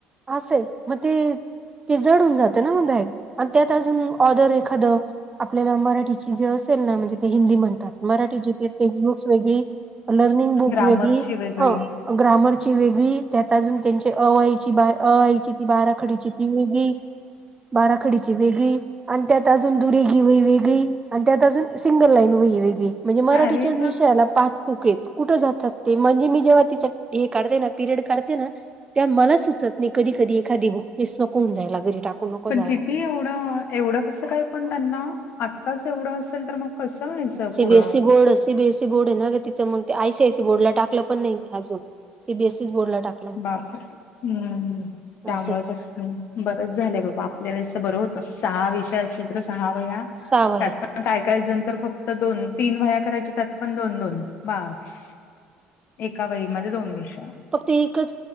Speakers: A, on the right; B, on the left.
A: असंय मग ते ते जडून जात. ना म बॅग आणि त्यात अजून ऑर्डर एखादं आपल्याला मराठीची जे असेल ना म्हणजे ते हिंदी म्हणतात. मराठीचीथे टेक्स्ट बुक्स वेगळी लर्निंग बुक
B: ग्रामरची
A: वेगळी
B: वेगळी,
A: ह ग्रामरची वेगळी त्यात अजून त्यांचे अवय ची ब याची ती बाराखडीची ती वेगळी बाराखडीची वेगळी आणि त्यात अजून दुरे घी वही वेगळी आणि त्यात अजून सिंगल लाईन वही वेगळी म्हणजे मराठीच्याच
B: अरे वाह!
A: विषयाला पाच चुकेत कुठे जातात ते म्हणजे मी जेव्हा ति हे काढते ना पिरियड काढते. ना त्या मला सुचत नाही कधी कधी एखादी बुकनेस नकोन जायला घरी टाकू नको
B: पण
A: जायला.
B: किती एवढं एवढं कस काय पण त्यांना आत्ताच एवढं असेल तर मग कसं व्हायचं
A: सीबीएसई
B: पुढं?
A: बोर्ड सीबीसी बर्ड आहे नाग तिं मग ते आयीयसी बोर्ड टाकलं पण नाही अज सीबीएस बर्डला टाक.
B: बाप हम्म् त्यामुळेच
A: असं
B: असते. बरंच झालंय बाबा आपल्याला दिस बरं होतं सहा विषय असतील तर सहा वया
A: सहा वह्या
B: त्यात पण काय कायचल तर फक्त दोन तीन वया करायचे. पण दोन दोन बस एका वयमध्ये दोन वर्ष
A: फक् ते एकच